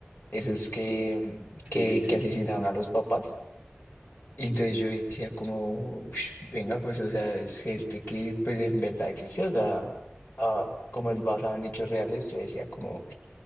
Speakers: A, on the left; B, on the right.
A: esos que, que,
B: Sí, sí, sí.
A: que asesinaron a los papás. Y entonces yo decía como, "Ush, venga, pues, o sea, es gente que pues en verdad existe, o sea, ah, como es basado en hechos reales, yo decía como,